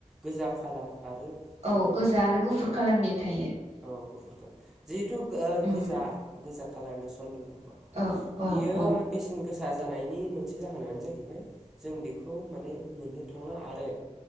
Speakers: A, in the centre; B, on the right.
A: गोजा खालार आरो।
B: औ
A: ओ
B: गोजा आरो गुफुर कालारनि थायो।
A: औ गुफुरखो जिहेथु
B: उम
A: गोजा गोजा कालारनि सन्दन दंफां।
B: औ औ
A: बियो
B: औ
A: बेसेन गोसा। जानायनि मोनसे जाहोनानो जाहैबाय जों बेखौ माने मोननो थांला आरो।